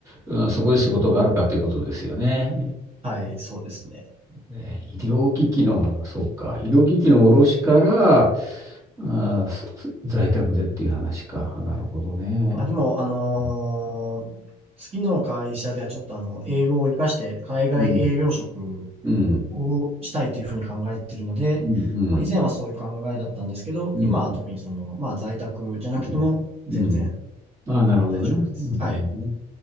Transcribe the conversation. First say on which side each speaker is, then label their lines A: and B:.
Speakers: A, on the right; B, on the right.
A: う、うんそこで仕事があるかということですよね。
B: はい。そうですね。
A: ね、医療機器の、そうか、医療機器の卸から、あー、すす在宅でっていう話か。あなるほどね。
B: まあ、でも、あのー次の会社ではちょっとあの、
A: う
B: 英語を活かして海外営業職
A: ん、うん、うん、
B: をしたいというふうに考えているので、
A: うん、
B: まあ、以前はそういう考えだったんですけど、
A: うん、
B: 今は特にその、
A: うん、
B: まあ、在宅じゃなくても全然
A: うん。うんああ、なるほどね。
B: 大丈夫です。
A: うんなるほどね。
B: はい。